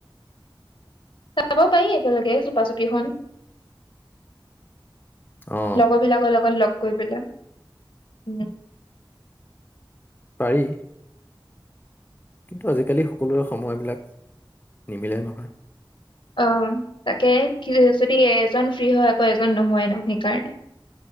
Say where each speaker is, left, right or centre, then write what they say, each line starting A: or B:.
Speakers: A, on the left (about 75°); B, on the left (about 25°).
A: চাব পাৰি একেলগে চুপা চুপিখন
B: অ
A: লগৰবিলাকৰ লগত লগ কৰি পেলাই উম
B: পাৰি কিন্তু আজিকালি সকলোৰে সময়বিলাক নিমিলে নহয়।
A: অ 'তাকে যদি এজন ফ্ৰী হয় আকৌ এজন নহয় ন সেইকাৰণে